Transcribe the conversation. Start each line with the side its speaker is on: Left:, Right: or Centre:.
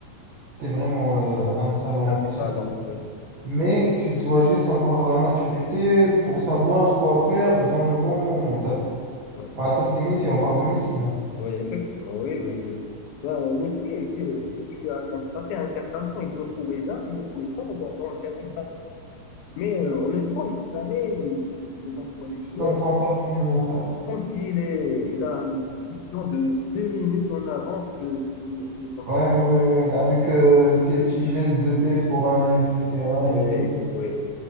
Right: t'es vraiment euh, un talent
Left: Il a du
Right: très...
Left: talent. Oui,
Right: Mais tu dois juste avoir la maturité pour savoir quoi faire dans le bon moment.
Left: oui,
Right: t'as vu
Left: oui.
Right: Ah, ça, c'est Messi, on parle de Messi, là.
Left: Oui, effectivement. Oui, oui, oui. Ben, Messi, et que, si tu as constaté un certain temps, il ne courait jamais, il ne courait pas dans, dans le terrain, il marchait. Mais euh, en même temps, il scannait les emplois des
Right: Je
Left: joueurs
Right: t'entends
Left: euh,
Right: pas bien, mon frère.
Left: comme s'il est, il a une vision de deux minutes en avance que, que, que les autres.
Right: Ouais, ouais, ouais, avec euh, ces petits gestes de tête pour analyser le terrain
Left: Oui,
Right: et tout.
Left: oui,